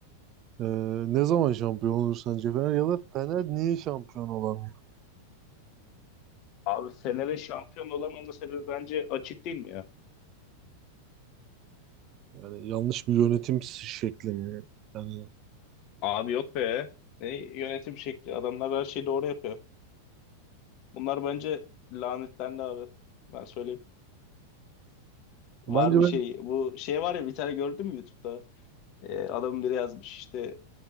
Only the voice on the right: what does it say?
E, ne zaman şampiyon olur sence Fener ya da Fener niye şampiyon olamıyor?
Yani yanlış bir yönetim şekli mi? Yani
bence
ben